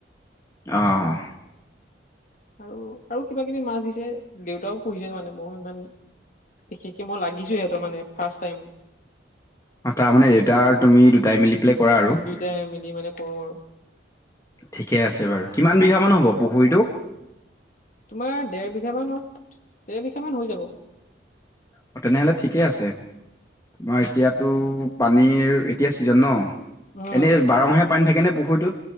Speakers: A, on the left; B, on the left.
A: অ ',
B: আৰু - আৰু কিবা কিবি মাছ দিছে দেউতাও পিছে মানে মই ইমান বিশেষ মই লাগিছো সিহঁত মানে ফাৰ্ষ্ট টাইম।
A: তাৰমানে দেউতা আৰু তুমি দুটাই মিলি পেলাই কৰা
B: উম,
A: আৰু।
B: দুইটাই মিলি মানে কৰো আৰু।
A: ঠিকে আছে বাৰু কিমান বিঘা মান হ'ব পুখুৰীটোক।
B: তোমাৰ দেৰ বিঘা মানত দেৰ বিঘা মান হৈ যাব।
A: অ, তেনেহলে ঠিকে আছে তোমাৰ এতিয়াতো পানীৰ এতিয়া ছিজন ন'।
B: উম,
A: এনেই
B: উম,
A: বাৰমাহে পানী থাকে নে পুখুৰীটোত।